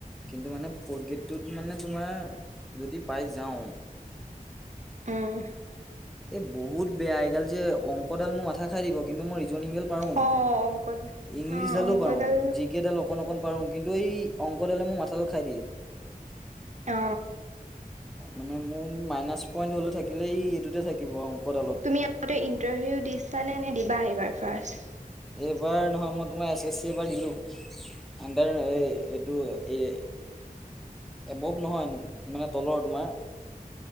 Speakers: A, in the centre; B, on the right.
A: কিন্তু মানে ফৰ্থ গেটটোত মানে তোমাৰ যদি পাই যাওঁ।
B: উম।
A: এ বহুত বেয়া এইগাল যে অংকডাল মোৰ মাথা থা খাই দিব কিন্তু মই ৰিজনিকেল পাওঁ,
B: অ অংকত
A: ইংলিছ
B: অ
A: ডালো
B: অংকডাল
A: পাওঁ, জিকেডাল অ কণ অকণ পাৰো কিন্তু এই অংকডালে মোক মাথাটো খাই দিয়ে।
B: অ।
A: মানে মোৰ মাইনাচ পইণ্ট হলে থাকিলে এই এইটোতে থাকিব অংকডালত।
B: তুমি আগতে ইণ্টাৰভিউ দিছা নে নে দিবা এইবাৰ ফাৰ্ষ্ট।
A: এইবাৰ নহয় মই তোমাৰ এছ এছ চি এবাৰ দিলো। আণ্ডাৰ এই এইটো এই এবভ নহয় মানে তলৰ তোমাৰ